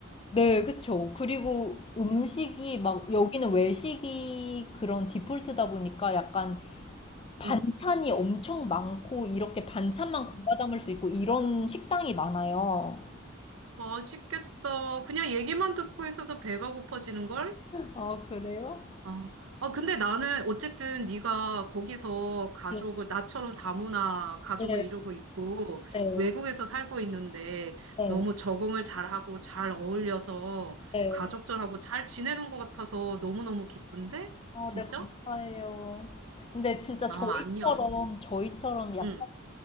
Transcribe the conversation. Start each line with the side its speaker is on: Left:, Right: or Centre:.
Left: 네, 그쵸. 그리고 음식이 막 여기는 외식이 그런 디폴트다 보니까 약간 반찬이
Right: 어,
Left: 엄청 많고 이렇게 반찬만 골라 담을 수 있고 이런 식당이 많아요.
Right: 맛있겠다. 그냥 얘기만 듣고 있어도 배가 고파지는걸?
Left: 아, 그래요?
Right: 아, 아, 근데 나는 어쨌든 네가 거기서 가족을
Left: 네,
Right: 나처럼 다문화 가족을
Left: 네,
Right: 이루고 있고
Left: 네,
Right: 외국에서 살고 있는데
Left: 네.
Right: 너무 적응을 잘하고 잘 어울려서
Left: 네.
Right: 가족들하고 잘 지내는 것 같아서 너무너무 기쁜데?
Left: 어,
Right: 진짜?
Left: 네, 감사해요. 근데 진짜
Right: 아,
Left: 저희처럼
Right: 아니야, 아니야.
Left: 저희처럼 약간
Right: 응,